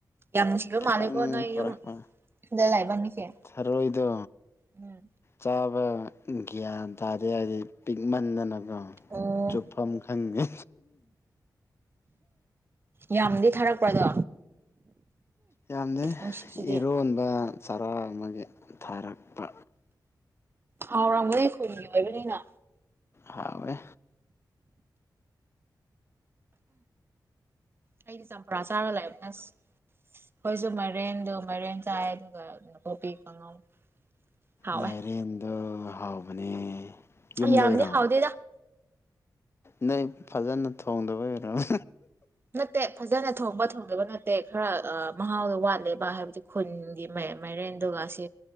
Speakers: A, on the right; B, on the left.
A: ꯌꯥꯝ ꯅꯨꯡꯁꯤꯕ
B: ꯈꯤꯇꯪ
A: ꯃꯥꯜꯂꯦꯀꯣ ꯅꯣꯏ
B: ꯄꯔꯛꯄ
A: ꯌꯨꯝꯗ ꯂꯩꯕ ꯃꯤꯁꯦ
B: ꯊꯔꯣꯏꯗ
A: ꯎꯝ
B: ꯆꯥꯕ ꯒ꯭ꯌꯥꯟ ꯇꯥꯔꯦ ꯍꯥꯏꯗꯤ ꯄꯤꯛ ꯃꯥꯟꯗꯅꯕ ꯑ
A: ꯑꯣ
B: ꯆꯨꯞꯐꯝ ꯈꯪꯉꯦ
A: ꯌꯥꯝꯅꯗꯤ ꯊꯥꯔꯛꯄ꯭ꯔꯗꯣ
B: ꯌꯥꯝꯅ
A: ꯅꯨꯡꯁꯤꯠꯁꯤꯗꯤ
B: ꯏꯔꯣꯟꯕ ꯆꯔꯥ ꯑꯃꯒꯤ ꯊꯥꯔꯛꯄ
A: ꯍꯥꯎꯔꯥꯡꯕꯗꯒꯤꯩ ꯈꯨꯟꯒꯤ ꯑꯣꯏꯕꯅꯤꯅ
B: ꯍꯥꯎꯋꯦ
A: ꯑꯩꯗꯤ ꯆꯝꯄ꯭ꯔꯥ ꯆꯥꯔ ꯂꯥꯛꯕ ꯅꯁ ꯑꯩꯈꯣꯏꯁꯨ ꯃꯥꯏꯔꯦꯟꯗ ꯃꯥꯏꯔꯦꯟ ꯆꯥꯏ ꯑꯗꯨꯒ ꯀꯣꯕꯤ ꯀꯥꯡꯉꯧ ꯍꯥꯎꯋꯦ
B: ꯃꯥꯏꯔꯤꯟꯗ ꯍꯥꯎꯕꯅꯦ ꯌꯨꯝꯗꯩꯔꯣ
A: ꯌꯥꯝꯅꯦ ꯍꯥꯎꯗꯦꯗ
B: ꯅꯣꯏ ꯐꯖꯅ ꯊꯣꯡꯗꯕ ꯑꯣꯏꯔꯔꯕ
A: ꯅꯠꯇꯦ ꯐꯖꯅ ꯊꯣꯡꯕ ꯊꯣꯡꯗꯕ ꯅꯠꯇꯦ ꯈꯔ ꯃꯍꯥꯎꯗꯣ ꯋꯥꯠꯂꯦꯕ ꯍꯥꯏꯕꯗꯤ ꯈꯨꯟꯒꯤ ꯃꯥꯏꯔꯦꯟꯗꯨꯒ ꯑꯁꯤ